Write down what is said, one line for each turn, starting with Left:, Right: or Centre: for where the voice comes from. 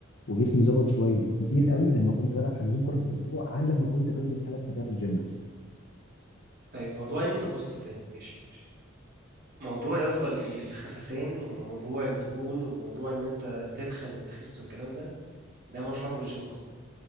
Left: وجسمي ظبط شويه كتير قوي لما كنت بلعب حاجزين كوره في الاسبوع عن لما كنت بنزل ثلاث اسابيع في الجيم مثلا
Right: طيب موضوع ان انت بص طيب ماشي موضوع يصل ال- الخسسان وموضوع الدهون وموضوع ان انت تتخن وتخس والكلام ده ده ملوش علاقه بالجيم اصلا